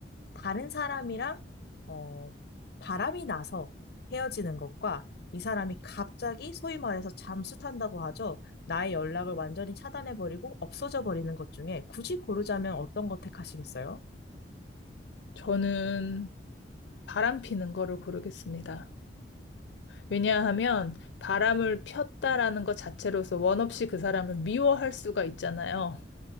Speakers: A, on the left; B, on the left.
A: 다른 사람이랑 어, 바람이 나서 헤어지는 것과 이 사람이 갑자기 소위 말해서 잠수탄다고 하죠. 나의 연락을 완전히 차단해버리고 없어져 버리는 것 중에 굳이 고르자면 어떤 거 택하시겠어요?
B: 저는 바람 피는 거를 고르겠습니다. 왜냐하면 바람을 폈다라는 것 자체로서 원 없이 그 사람을 미워할 수가 있잖아요.